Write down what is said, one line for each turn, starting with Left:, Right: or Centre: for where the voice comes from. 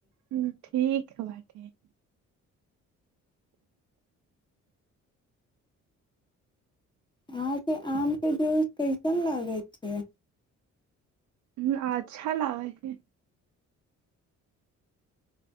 Right: ह ठीक ह बाटी
Left: अहाँके आमके जूस कैसन लागै छै
Right: ह अच्छा लागै छै